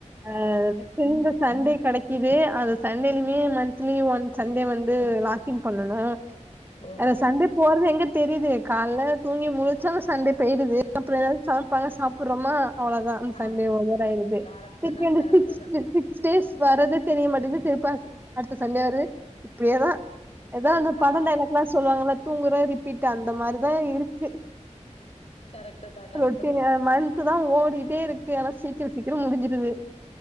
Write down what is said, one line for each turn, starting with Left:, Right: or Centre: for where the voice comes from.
Right: அ
Left: ஆ
Right: <unintelligible> சண்டே கிடைக்குது அது சண்டேலயுமே மந்த்லி ஒன்ஸ் ச ன்டே வந்து வாக்கிங் பண்ணனும்
Left: ஓஹோ
Right: அந்த சண்டே போறதே எங்க தெரியுது காலைல தூங்கி முழச்சாலும் சண்டே போயிடுது அப்புறம் ஏதாவது ச ப்பாட்லா சாப்றோமா அவ்ளோதா அந்த சண்டே
Left: ஆமா
Right: ஒவரா ஆயிடுது
Left: கரெக்ட்டு
Right: திருப்பி
Left: தா
Right: அந்த
Left: கரெக்ட்டு
Right: சிக்ஸ்
Left: தா
Right: சி சிக்ஸ் டேஸ் வரது தெரிய மாட்டேங்குது திருப்ப அடுத்த சண்டே வரு அப்படியேதான் ஏதோ ஒன்னு பட
Left: ஆமா
Right: டைலாக்ல்லாம் சொல்லுவாங்க தூங்குற ரிப்பீட் அந்த மாரிதான் இருக் க்கு
Left: கரெக்ட்டு தா கரெக்ட்டு
Right: ரொட்டினா
Left: தா
Right: மந்த்து தான் ஓடிட்டே இருக்கு ஆனா சீக்கிரம் சீக்கிரம் முடிஞ்சிருது